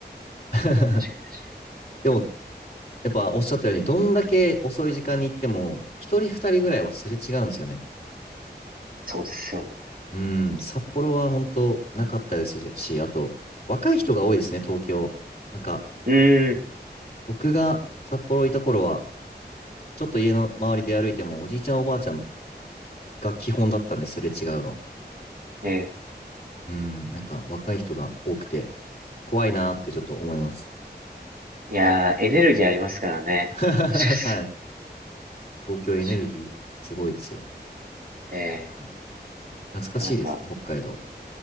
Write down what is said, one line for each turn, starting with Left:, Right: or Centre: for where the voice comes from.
Left: <laughs>
Right: 確かに確かに。
Left: でも、やっぱおっしゃったように、どんだけ遅い時間に行っても、一人二人ぐらいはすれ違うんですよね。
Right: そうですよね。
Left: うん、札幌は本当なかったですし、あと、若い人が多いですね、東京。なんか、
Right: うーん、
Left: 僕が札幌いた頃は、ちょっと家の周りで歩いても、おじいちゃんおばあちゃんが基本だったんですすれ違うの。
Right: ええ、
Left: うん、なんか若い人が多くて、怖いなーってちょっと思います。
Right: いやー、エネルギーありますからね。
Left: <laughs>
Right: 確かにそう
Left: はい。東京エネルギー、
Right: 確
Left: すごいですよ。
Right: かにええ、
Left: やっぱり。懐かしいですね、
Right: でもなんか、
Left: 北海道。